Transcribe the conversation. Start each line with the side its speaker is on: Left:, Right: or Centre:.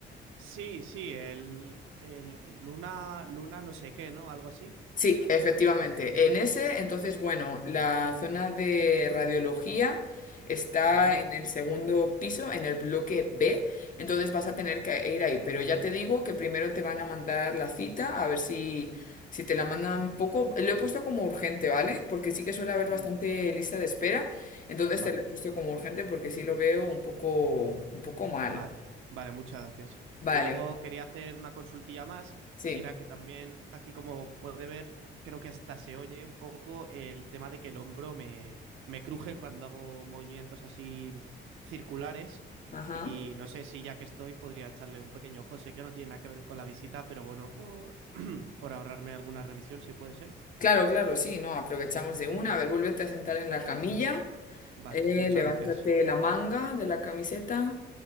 Right: Sí, sí, el, el Luna, Luna no sé qué, ¿no? Algo así.
Left: Sí, efectivamente. En ese, entonces, bueno, la zona de radiología está
Right: Ujú,
Left: en el segundo piso, en el bloque B, entonces vas a tener que ir ahí. Pero ya te digo que primero te van a mandar la cita, a ver si, si te la mandan poco. Lo he puesto como urgente, ¿vale? Porque sí que suele haber
Right: mm,
Left: bastante lista de espera, entonces
Right: Vale.
Left: te lo he puesto como urgente porque sí lo veo un poco, un poco mal.
Right: Vale, vale, muchas gracias.
Left: Vale,
Right: Y luego quería hacer una consultilla más,
Left: sí.
Right: y era que también aquí, como puede ver, creo que hasta se oye un poco el tema de que el hombro me, me cruje cuando hago movimientos así circulares.
Left: Ajá.
Right: Y no sé si ya que estoy podría echarle un pequeño ojo. Sé que no tiene nada que ver con la visita, pero bueno, por, <clears throat> por ahorrarme alguna revisión, si puede ser.
Left: Claro, claro, sí, no, aprovechamos de una. A ver, vuélvete a sentar en la camilla.
Right: Vale,
Left: Eh,
Right: muchas
Left: levántate
Right: gracias.
Left: la manga de la camiseta.